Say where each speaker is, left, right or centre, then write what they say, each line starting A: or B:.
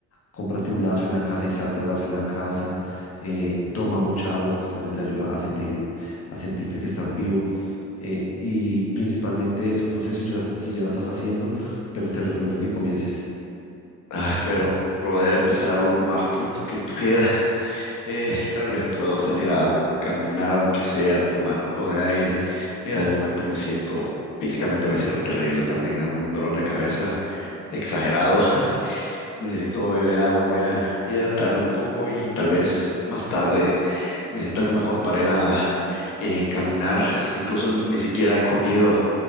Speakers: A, on the left; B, on the left.
A: cómprate un lazo en la casa y saltas lazo en la casa, eh, toma mucha agua, que eso también te ayuda a sentir, a sentirte que estás vivo eh, y principalmente eso. No sé si ya, si ya lo estás haciendo, pero te recomiendo que comiences.
B: Ay, pero poder empezarlo más pronto que pueda. Eh, <laughs> tal vez puedo salir a caminar, aunque sea, tomar algo de aire. Mira, de momento me siento, físicamente me siento terrible también, ando un dolor de cabeza exagerado. <laughs> Necesito beber agua, voy a hidratarme un poco y tal vez más tarde me sienta algo mejor para ir a eh, caminar. Incluso ni siquiera he comido